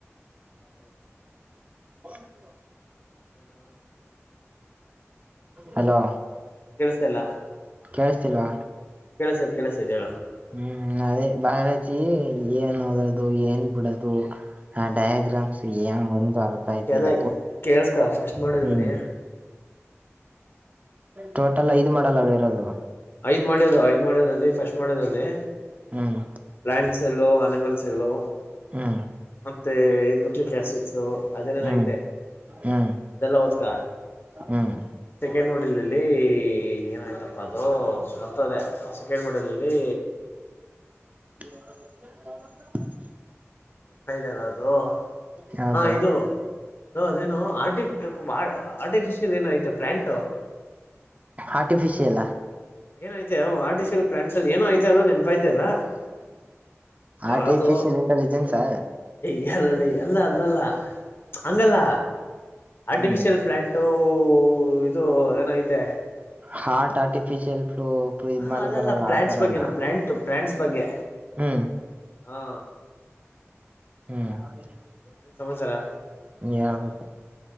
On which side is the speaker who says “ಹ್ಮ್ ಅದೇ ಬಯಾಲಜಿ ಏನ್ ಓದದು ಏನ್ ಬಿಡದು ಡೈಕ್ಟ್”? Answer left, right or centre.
Right